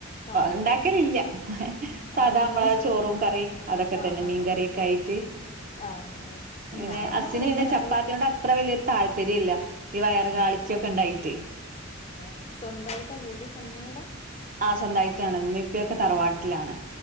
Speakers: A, on the left; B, on the right.
A: ആഹ്
B: ഉണ്ടാക്കലില്ല സാധാ
A: അങ്ങനെ
B: അമ്മള ചോറും കറീം അതൊക്കെ
A: ആഹ്
B: തന്നെ
A: ആഹ്
B: മീൻകറിയൊക്കെ
A: ആഹ്
B: അയിട്ട്
A: ആഹ് അങ്ങനെ
B: ഇങ്ങനെ
A: ഞാനങ്ങനെയാണ്
B: അസിന് പിന്നെ ചപ്പാത്തിയ
A: അല്ല
B: കൊണ്ട് അത്ര വലിയൊരു താല്പര്യം ഇല്ല ഈ വയറ്
A: ആഹ്
B: കാളിച്ചൊക്കെ ഇണ്ടായിട്ട്
A: <inaudible>
B: ആ സ്വന്തമായിട്ടാണ് മ്മേപ്പക്കെ തറവാട്ടിലാണ്